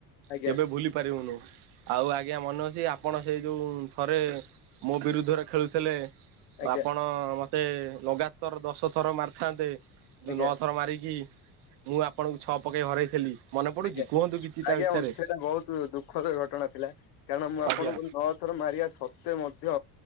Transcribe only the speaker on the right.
କେବେ ଭୁଲି ପାରିବୁନୁ, ଆଉ ଆଜ୍ଞା ମନେ ଅଛି ଆପଣ ସେଇ ଯୋଉ ଥରେ ମୋ ବିରୁଦ୍ଧରେ ଖେଳୁଥିଲେ
ଆପଣ ମତେ ଲଗାତର ଦଶ ଥର ମାରିଥାନ୍ତେ ମୁଁ
ନଅ ଥର ମାରିକି ମୁଁ ଆପଣଙ୍କୁ ଛଅ ପକେଇ ହରେଇଥିଲି। ମନେ ପଡୁଛି
କୁହନ୍ତୁ କିଛି ତା ବିଷୟରେ?
ଆଜ୍ଞା